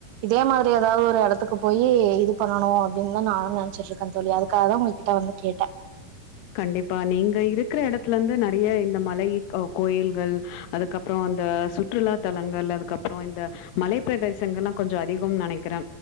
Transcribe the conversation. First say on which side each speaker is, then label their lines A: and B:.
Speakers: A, on the right; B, on the left.
A: இதே மாரி எதாவ்து ஒரு எடத்துக்கு போயி இதுப் பண்ணணு அப்டின் தா நானு நெனச்சிட்ருக்கே தோழி அதுக்காகதா உங்ககிட்ட வந்து கேட்ட
B: கண்டிப்பா நீங்க இருக்ற எடத்துல இந்து நறிய இந்த மலைக் அ கோயில்கள் அதுக்கப்றோ அந்த சுற்றுலா தலங்கள் அதுக்கப்றோ இந்த மலைப்பெதேசங்களா கொஞ்சோ அதிகம் நெனைக்கிறே